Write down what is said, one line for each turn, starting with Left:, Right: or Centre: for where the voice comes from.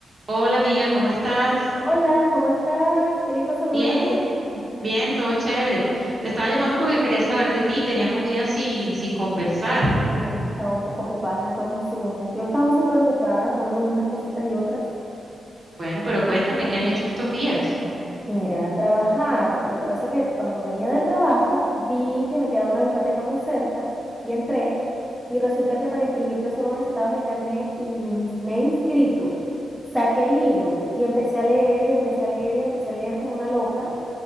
Right: Hola amiga, ¿cómo estás?
Centre: Hola, ¿cómo estás? Qué lindo saludarte.
Right: Bien, bien, todo chévere. Te estaba llamando porque quería saber de ti. Teníamos días sin, sin conversar.
Centre: Sí, hemos estado un poco ocupadas las dos, asumo. Yo he estado súper ocupada, dando unas cositas y otras.
Right: Bueno, pero cuéntame, ¿qué has hecho estos días?
Centre: Mira, trabajar, lo que pasa es que cuando venía del trabajo vi que me quedaba una biblioteca muy cerca y entré y resulta que para inscribirte solo necesitabas el carnet y me, ins- me he inscrito. Saqué libros y empecé a leer y empecé a leer y empecé a leer como una loca